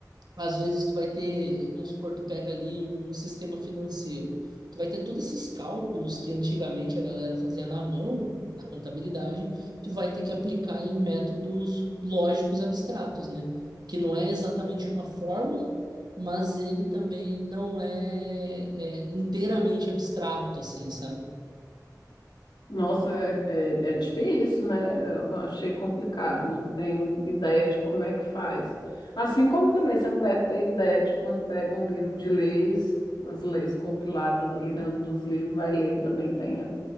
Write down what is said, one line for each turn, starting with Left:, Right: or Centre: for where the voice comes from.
Right: Às vezes tu vai ter, vamos supor, tu pega ali um sistema financeiro. Tu vai ter todos esses cálculos que antigamente a galera fazia na mão, na contabilidade, tu vai ter que aplicar em métodos lógicos abstratos, né? Que não é exatamente uma fórmula, mas ele também não é, é inteiramente abstrato, assim, sabe?
Left: Nossa, é, é, é difícil, né? Eu achei complicado, não tenho ideia de como é que faz. Assim como também você não deve ter ideia de quando pega um livro de leis, as leis compiladas ali no- nos livros, vai ler também tem. a-